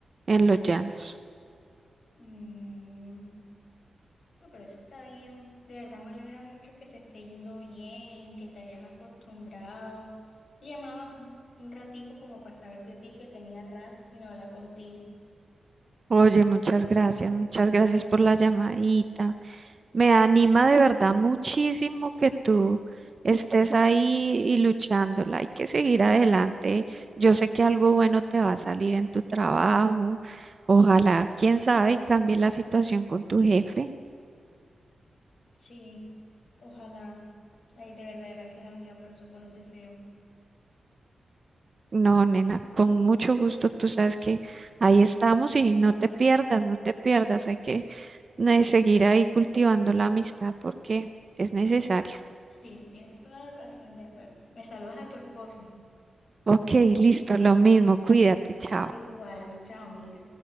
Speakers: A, on the right (about 35°); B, on the left (about 60°).
A: en los llanos.
B: Mm, bueno, pero eso está bien. De verdad me alegra mucho que te esté yendo bien, que te hayas acostumbrado. Llamaba un ratico como para saber de ti que tenía rato sin hablar contigo.
A: Oye, muchas gracias, muchas gracias por la llamadita. Me anima de verdad muchísimo que tú estés ahí y luchándola. Hay que seguir adelante. Yo sé que algo bueno te va a salir en tu trabajo. Ojalá, quién sabe, y cambie la situación con tu jefe.
B: Sí, ojalá. Ay, de verdad, gracias, amiga, por esos buenos deseos.
A: No, nena, con mucho gusto. Tú sabes que ahí estamos y no te pierdas, no te pierdas. Hay que eh, seguir ahí cultivando la amistad porque es necesario.
B: Sí, tienes toda la razón, ya, bueno. Me saludas a tu esposo.
A: Ok, listo, lo mismo. Cuídate, chao.
B: Igual, chao, amiga.